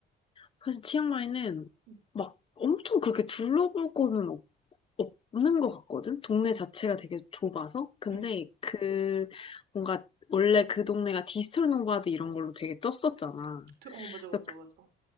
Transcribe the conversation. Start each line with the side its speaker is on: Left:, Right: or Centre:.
Left: 사실 치앙마이는
Right: 응,
Left: 막 엄청 그렇게 둘러볼 거는 없- 없는 것 같거든? 동네
Right: 응,
Left: 자체가 되게 좁아서. 근데
Right: 응.
Left: 그 뭔가 원래 그 동네가 디지털 노마드 이런 걸로 되게 떴었잖아.
Right: 드- 어, 맞아, 맞아,
Left: 그래서 그-
Right: 맞아.